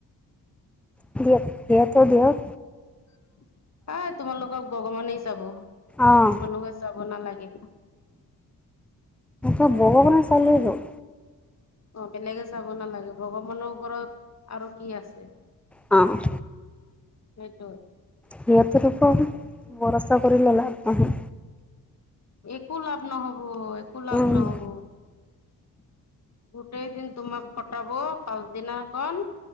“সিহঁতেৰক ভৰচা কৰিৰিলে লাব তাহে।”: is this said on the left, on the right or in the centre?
Centre